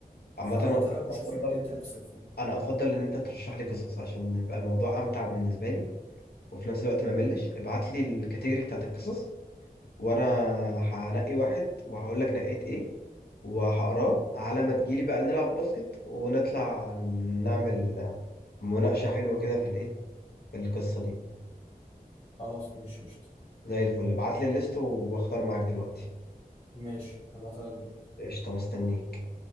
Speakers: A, on the left; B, on the left.
A: عامة
B: فهبعتها
A: انا
B: لك وشوف
A: افضل
B: اللي أنت نفسك فيه.
A: انا افضل ان انت ترشح لي قصص عشان يبقى الموضوع امتع بالنسبة لي وفي نفس الوقت ما ملش ابعت لي الكاتيجوري بتاعت القصص وانا هنقي واحد وهقول لك نقيت ايه وهقراه على ما تجيلي بقى نلعب باسكت ونطلع نعمل مناقشة حلوة كده في الايه في القصة دي
B: خلاص ماشي قشطة
A: زي الفل ابعت لي الليست واختار معاك دلوقتي
B: ماشي هبعتها لك دلوقتي.
A: قشطة مستنيك